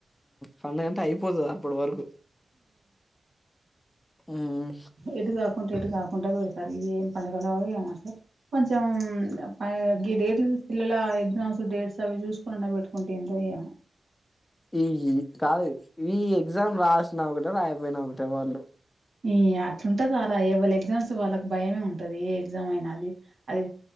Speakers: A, on the left; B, on the right.
A: పండగంతా అయిపోతది అప్పడి వరకు ఉమ్,
B: ఎటు కాకుంట ఇటుకాకుంట పరు సర ఏం పండుగల సార్ కొంచెంపై డేట్లూ పిల్లలా ఎగ్జామ్స్ డేట్స్ అవి చూసుకునిన్నా పెట్టుకుంటా ఎంతోయ
A: ఈ కాదు ఈ ఎగ్జామ్ రాసిన ఒకటే రాయిపోయినా ఒకటే వాళ్ళు
B: ఈ అట్లుంటది రా ఎవలు ఎగ్జామ్స్ వాళ్ళకి భయమే ఉంటది ఏ ఎగ్జామ్ అయినా అది అది